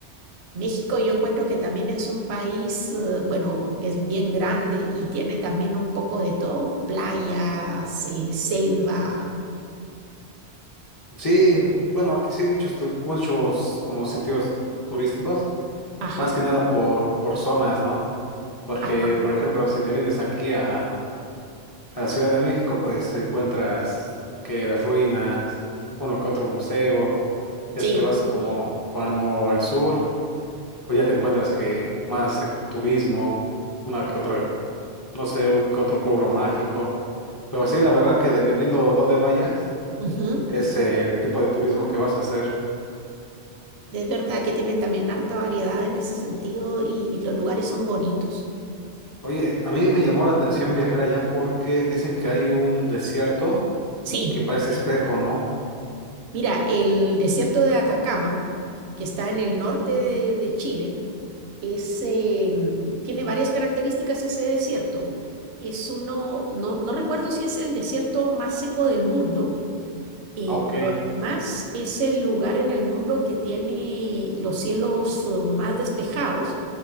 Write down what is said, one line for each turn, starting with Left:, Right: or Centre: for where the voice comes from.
Right: México yo encuentro que también es un país, eh, bueno, es bien grande y tiene también un poco de todo, playas, eh, selva.
Left: Sí, bueno, aquí sí hay muchos, tur- muchos como sitios turísticos,
Right: Ajá,
Left: más que nada por, por zonas, ¿no? Porque,
Right: ajá.
Left: por ejemplo, si te vienes aquí a, a Ciudad de México, pues encuentras que las ruinas, uno que otro museo, ya
Right: Sí.
Left: si te vas como, como al sur, pues ya te encuentras que más ecoturismo, una que otra, no sé, un que otro pueblo mágico. Pero sí, la verdad que dependiendo dónde vayas,
Right: ujú.
Left: es el tipo de turismo que vas a hacer.
Right: Es verdad que tienen también harta variedad en ese sentido y los lugares son bonitos.
Left: Oye, a mí me llamó la atención viajar allá porque dicen que hay un desierto
Right: Sí.
Left: que parece espejo, ¿no?
Right: Mira, el desierto de Atacama, que está en el norte de, de Chile, es, eh, mm, tiene varias características ese desierto. Es uno, no, no recuerdo si es el desierto más seco del mundo, eh,
Left: Ok.
Right: pero además es el lugar en el mundo que tiene los cielos eh, más despejados